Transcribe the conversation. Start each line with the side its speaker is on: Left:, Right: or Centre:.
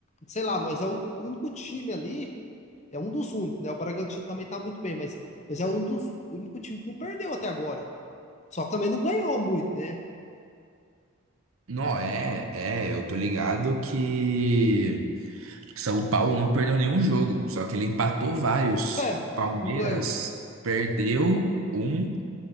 Left: sei lá, nós é o único time ali, é um dos únicos, né? O Bragantino também tá muito bem, mas, mas é um dos, o único time que não perdeu até agora. Só que também não ganhou muito, né? <laughs>
Right: Não, é, é, eu tô ligado que São Paulo não perdeu nenhum jogo, só que ele empatou vários.
Left: É,
Right: Palmeiras
Left: não ganha.
Right: perdeu um,